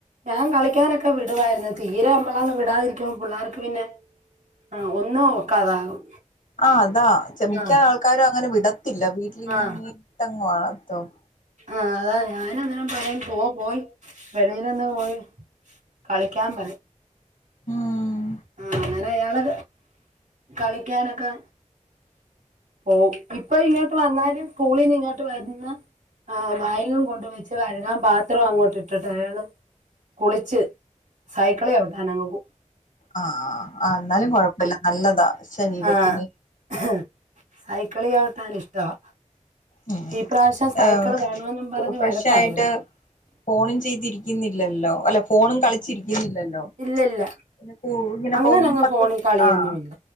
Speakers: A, on the right; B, on the left.
A: ഞാൻ കളിക്കാനൊക്കെ വിടുവായിരുന്നു തീരെ നമ്മളങ്ങ് വിടാതിരിക്കുമ പിള്ളേർക്ക് പിന്നെ ആഹ് ഒന്നും ഒക്കാതാകും
B: ആഹ് അതാ ചമി.
A: ആ
B: ക്കാ. ആൾക്കാരും അങ്ങനെ വിടത്തില്ല വീട്ടിലിങ്ങനെട്ടങ്ങ
A: ആ
B: വളർത്തും
A: ആഹ് അതാ ഞാന അന്നേം പല പോവാ പോൻ വെളിയിലൊന്ന് പോയി കളിക്കാൻ പ
B: ഉം
A: ആഹ് അങ്ങനെ ഞള് കളിക്കാനൊക്കെ പോ ഇപ്പൊ ഇങ്ങോട്ട് വന്നാല് സ്കൂളീന്ന് ഇങ്ങോട്ട് വരുന്ന ആഹ് വയങ്ങം കൊണ്ട് വെച്ച് കഴുകാൻ പാത്രം അങ്ങോട്ട് ഇട്ടിട്ട് അയാള് കുളിച്ച് സൈക്കള് ചവിടാനങ്ങ് പോവും
B: ആഹ് ആഹ് ന്നാലും കൊഴപ്പല്ല നല്ലതാ ശരീരത്തിന്
A: ആഹ് സൈക്കിളി ചവിട്ടാൻ ഇഷ്ടമാ
B: ഉം
A: ഇപ്രാവശ്യം സൈക്കിള്
B: ഏഹ്
A: വേണന്നും പറഞ്ഞഞ്
B: ഫ്രഷായിട്ട്
A: വഴക്കാര്ന്നു
B: ഫോണും ചെയ്തിരിക്കുന്നില്ലല്ലോ അല്ല ഫോണും കളിച്ചിരിക്കുന്നില്ലല്ലോ
A: ഇല്ലല്ല
B: പിന്നെ കൂ ഇങ്ങനെ
A: അങ്ങന
B: പോകുമ്പോ
A: അങ്ങ്
B: പത്ത്
A: ഫോണിൽ കളിയൊന്നുമില്ല
B: ആഹ്